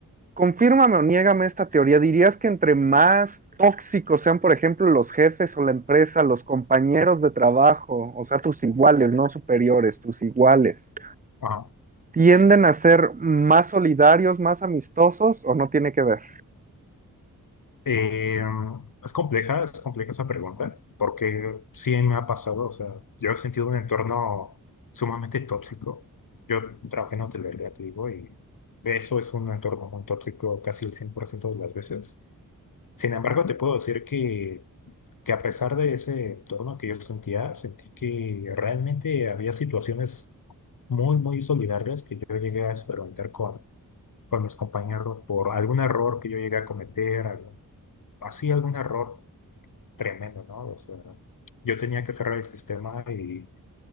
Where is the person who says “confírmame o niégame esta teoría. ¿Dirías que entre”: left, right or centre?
Right